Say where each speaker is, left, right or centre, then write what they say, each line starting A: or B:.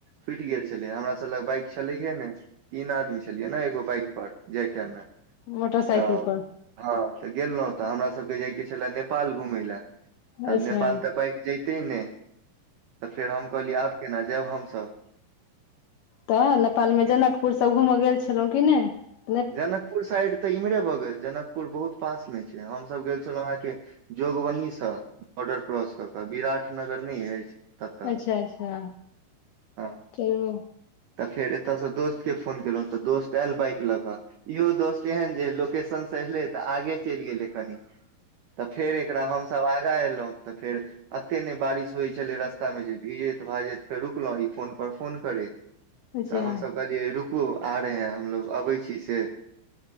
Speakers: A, on the right (about 80°); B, on the left (about 85°).
A: फूटि गेल छलै हमरा लग बाइक छलैयए ने तीन आदमी छलियै ने एगो बाइक पर जाइ टाइममे
B: मोटरसाइकिल
A: तऽ
B: पर
A: हँ, तऽ गेलहुँ तऽ हमरा सभके जायके छले नेपाल घूमे लऽ। तब
B: अच्छा
A: नेपाल तऽ बाइक जैतै ने, तऽ फेर हम कहलियै आब केना जायब हमसभ।
B: तऽ नेपालमे जनकपुर सभ घुम गेल छलहूँ कि नहि
A: जनकपुर साइड तऽ इम्हरे भऽ गेल, जनकपुर बहुत पास मे छै, हम सभ गेल छलौं अहाँकेँ जोगवनी सँ बॉर्डर क्रॉस कऽ क विराट नगर नहि अछि। ततऽ
B: अच्छा, अच्छा
A: हँ
B: फिर।
A: तऽ फेर एतसँ दोस्त के फोन केलहुँ तऽ दोस्त आयल बाइक लऽ कऽ इहो दोस्त एहन जे लोकेशन स एलै तऽ आगे चलि गेलै कनि तऽ फेर एकरा हम सभ आगाँ एलहुँ तऽ फेर एते नहि बारिश होइत छलै रस्तामे जे भीजैत भाजैत फेर रुकलहुँ ई फोन पर फोन करैत
B: अच्छा
A: तऽ हमसभ कहलियै रुकू आ रहे हैं हमलोग अबै छी से